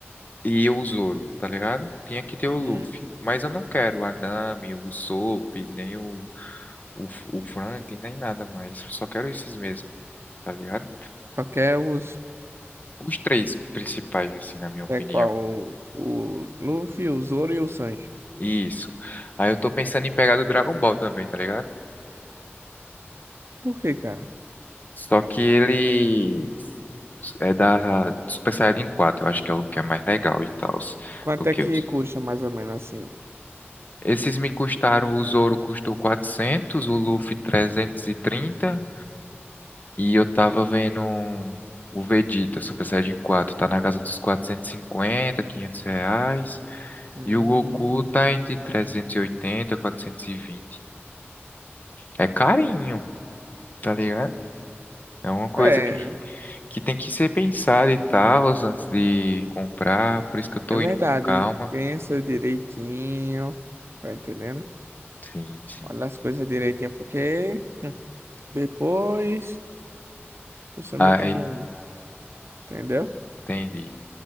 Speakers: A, on the left; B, on the right.
A: e o Zoro, tá ligado? Tinha que ter o Luffy,
B: Hum,
A: mas eu não quero o Anami, o Usopp, nem o, o, o Frank, nem nada mais, só quero esses mesmo, tá ligado?
B: só quer os.
A: Os três principais, assim, na minha opinião.
B: É qual? O, o Luffy, o Zoro e o Sanji.
A: Isso. Aí eu tô pensando em pegar do Dragon Ball também, tá ligado?
B: Por quê, cara?
A: Só que ele é da Super Saiyajin 4, eu acho que é o que é mais legal e tal,
B: Quanto
A: do que
B: é que
A: os.
B: custa mais ou menos assim?
A: Esses me custaram, o Zoro custou quatrocentos o Luffy trezentos e trinta e eu tava vendo um- o Vegeta Super Saiyajin 4, tá na casa dos quatrocentos e cinquenta 500 reais,
B: Hum,
A: e o Goku tá entre trezentos e oitenta e quatrocentos e vinte É carinho, tá ligado? É uma coisa
B: é,
A: que, que tem que ser pensada e tal, antes de comprar. Por isso que eu tô
B: é verdade.
A: indo com calma.
B: Pensa direitinho. Tá entendendo?
A: Sim, sim.
B: Olha as coisas direitinho, porque hum, depois. Pessoa
A: Aí,
B: meio que não. Entendeu?
A: entendi.